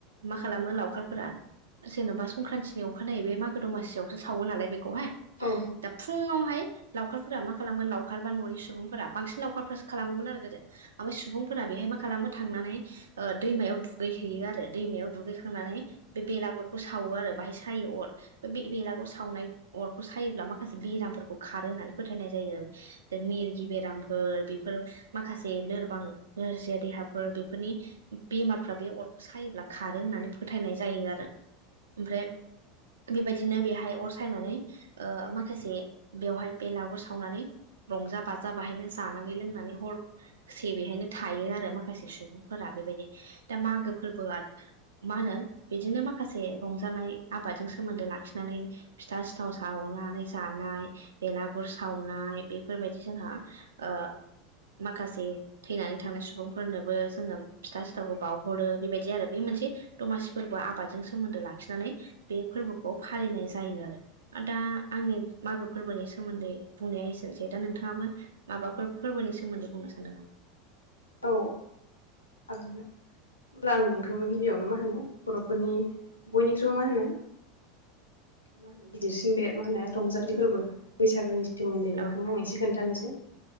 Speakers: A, on the right; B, on the left.
A: मा खालामो लाव फोरा जेन'बा संक्रान्तिनि अखानायै बे मागो दमासियावसो सावो नालाय बेखौहाय
B: औ
A: दा फुङावहाय लावखारफोरा मा खालामगोन लावखार बा न'नि सुबुंफोरा बांसिन लावखारफोरो खालामोमोन आरो गोदो ओमफ्राय सुबुंफोरा बेहाय मा खालामो थांनानै ओ दैमायाव दुगै हैैयो आरो दैमायाव दुगैखांनानै बे बेलागरखौ सावो आरो बाहाय सायो अर बे बे बेलागुर सावनाय अरखौ सायोब्ला माखासे बेरामफोरखौ खारो होननानै फोथायनाय जायो आरो मिरगि बेरामफोर बेफोर माखासे लोरबां नोरजिया देहाफोर बेफोरनि बेमारफ्रा बे अरखौ सायोब्ला खारो होननानै फोथायनाय जायो आरो ओमफ्राय बेबायदिनो बेहाय अर सायनानै ओ माखासे बेवहाय बेलागुर सावनानै रंजा बाजा बाहायनो जानानै लोंनानै हर से बेहायनो थायो आरो माखासे सुबुंफोरा बेबायदि दा मागो फोरबोआ मा होनो बिदिनो माखासे रंजानाय आबादजों सोमोन्दो लाखिनानै फिथा सिथाव सावनानै जानाय बेलागुर सावनाय बेफोरबायदि जोंहा ओ माखासे थैनानै थांनाय सुबुंफोरनोबो जोङो फिथा सिथाखौ बाहरो बेबायदि आरो बे मोनसे दमासि फोरबो आबादजों सोमोन्दो लाखिनानै बे फोरबोखौ फालिनाय जायो आरो दा आंनि मागो फोरबोनि सोमोन्दै बुंनाया एसेनोसै दा नोंथाङाबो माबाफोर फोरबोनि सोमोन्दै बुंनो सानदों नामा?
B: औ हागोन अब्ला आं नोंथांनो गिबियावनो मा होनो बर'फोरनि बयनिख्रुइबो मा होनो। मा होनो गिदिरसिन बे मा होनो रंजालिफोरबो बैसागोनि सोमोन्दै नोंथांनो
A: औ
B: आं एसे खोन्थानोसै